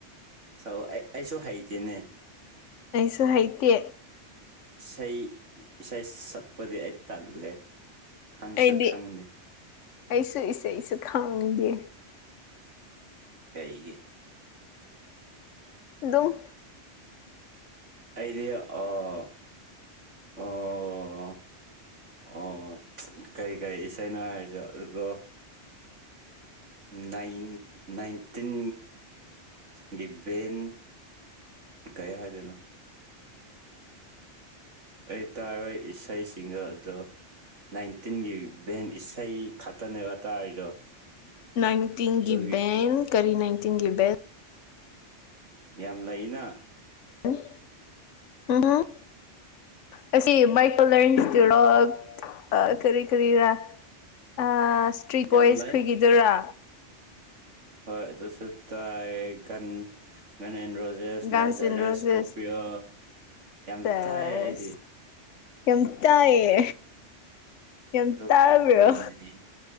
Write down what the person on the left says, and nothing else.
ꯑꯩꯁꯨ ꯍꯩꯇꯦ
ꯑꯩꯗꯤ
ꯑꯩꯁꯨ ꯏꯁꯩꯁꯨ ꯈꯪꯗꯦ
ꯗꯨꯝ
ꯅꯥꯏꯟꯇꯤꯟꯒꯤ
ꯕꯦꯡ ꯀꯔꯤ ꯅꯥꯏꯟꯇꯤꯟꯒꯤ ꯕꯦꯜ
<unintelligible> ꯑꯁꯤ ꯃꯥꯏꯀꯣꯂꯔꯦꯟꯁꯇꯤꯔꯣꯜ ꯀꯔꯤ ꯀꯔꯤꯔꯥ ꯑ ꯏꯁꯇ꯭ꯔꯤꯠ
ꯕꯣꯏꯁ
ꯈꯣꯏꯒꯤꯗꯨꯔꯥ
ꯒꯥꯟꯁ
ꯑꯦꯟ ꯔꯣꯁꯦꯁ
ꯁꯦꯁ
ꯌꯥꯝ ꯇꯥꯏꯌꯦ ꯌꯥꯝ
ꯇꯥꯕ꯭ꯔꯣ